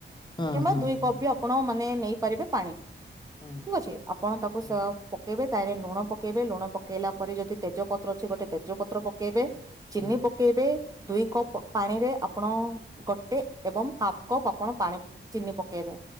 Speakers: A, on the left; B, on the right.
A: ହୁଁ
B: କିମ୍ବା
A: ହୁଁ ହୁଁ
B: ଦୁଇ
A: ହୁଁ
B: କପ୍ ବି ଆପଣ ମାନେ ନେଇପାରିବେ ପାଣି।
A: ହୁଁ
B: ଠିକ୍ ଅଛି ଆପଣ ତାକୁ
A: ହୁଁ
B: ପକେଇବେ ତାହଲେ ଲୁଣ ପକେଇବେ ଲୁଣ ପକେଇଲା ପରେ ଯଦି ତେଜପତ୍ର ଅଛି ଗୋଟେ ତେଜପତ୍ର ପକେଇବେ। ଚିନି
A: ହୁଁ
B: ପକେଇବେ ଦୁଇ କପ୍ ପାଣିରେ ଆପଣ ଗୋଟେ ଏବଂ ହାଫ୍ କପ୍ ଆପଣ ପାଣି ଚିନି ପକେଇବେ।